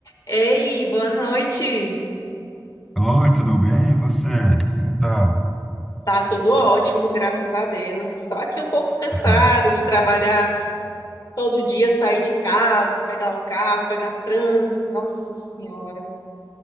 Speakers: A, on the left; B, in the centre.
A: Ei, boa noite.
B: Oi, tudo bem? E você? Como tá?
A: Tá tudo ótimo, graças a Deus. Só que um pouco cansada
B: <laughs>
A: de trabalhar todo dia, sair de casa, pegar o carro, pegar trânsito. Nossa Senhora.